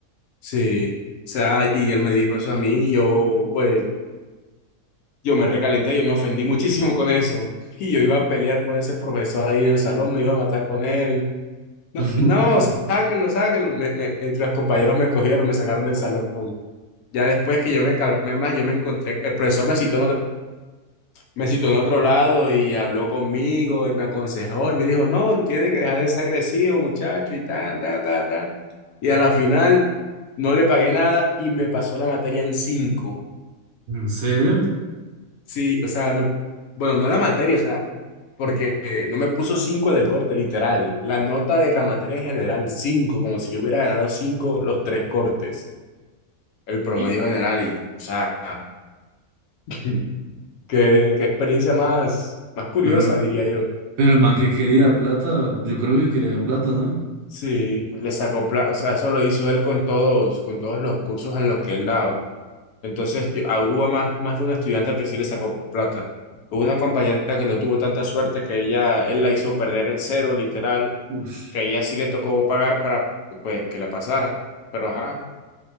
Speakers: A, on the left; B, on the right.
A: Sí, o sea, y él me dijo eso a mí y yo, pues, yo me recalenté, yo me ofendí muchísimo con eso. Y yo iba a pelear con ese profesor ahí en el salón, me iba a matar con él. No,
B: <laughs>
A: no, sáquenlo, sáquenlo. Me- me- entre los compañeros me cogieron, me sacaron del salón. Ya después que yo me calmé más, yo me encontré, el profesor me citó en otro, me citó en otro lado y habló conmigo y me aconsejó y me dijo, no, tiene que dejar de ser agresivo, muchacho, y tal, tal, tal, tal. Y a la final no le pagué nada y me pasó la materia en cinco.
B: ¿En serio?
A: Sí, o sea, me, bueno, no la materia, o sea, porque eh, no me puso 5 en el corte, literal. La nota de la materia en general, 5 como si yo hubiera ganado 5 los tres cortes, el promedio
B: Y-
A: general. Y, o sea, <laughs> qué, qué experiencia más, más curiosa,
B: Pero,
A: diría yo.
B: pero el man que quería plata, yo creo que quería plata, ¿no?
A: Sí, le sacó, pla- o sea, eso lo hizo él con todos, con todos los cursos en los que él daba. Entonces, yo- ah, hubo más, más de un estudiante al que sí le sacó plata. Hubo una compañera que no tuvo tanta suerte que ella, él la hizo perder en cero, literal.
B: Ush,
A: que ella sí le tocó pagar para pues que la pasara. Pero ajá.